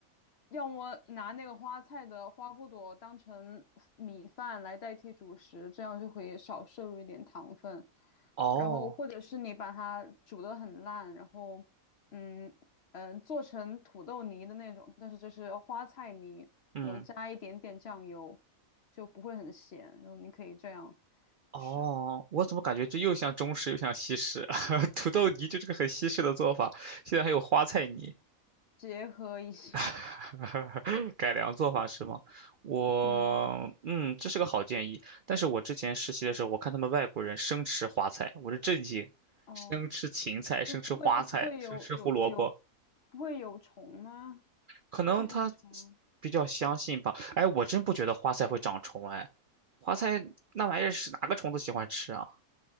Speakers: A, on the left (about 55°); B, on the right (about 75°).
A: 要么拿那个花菜的花骨朵当成米饭来代替主食，这样就可以少摄入一点糖分。
B: 哦，
A: 然后或者是你把它煮得很烂，然后，嗯嗯、呃做成土豆泥的那种，但是这是花菜泥，
B: 嗯。
A: 然后加一点点酱油，就不会很咸。然后你可以这样
B: 哦，
A: 吃，
B: 我怎么感觉这又像中式又像西式？<laughs> 土豆泥就是个很西式的做法，现在还有花菜泥，
A: 结合一下，
B: <laughs>
A: <laughs>
B: 改良做法是吗？我，
A: 嗯。
B: 嗯，这是个好建议。但是我之前实习的时候，我看他们外国人生吃花菜，我就震惊，
A: 哦，
B: 生吃芹菜，
A: 是不会不会有有有
B: 生吃花菜，生吃胡萝卜，
A: 不会有虫吗？
B: 可能他
A: 寄生虫
B: 比较相信吧。哎，我真不觉得花菜会长虫，哎，花菜那玩意儿是哪个虫子喜欢吃啊？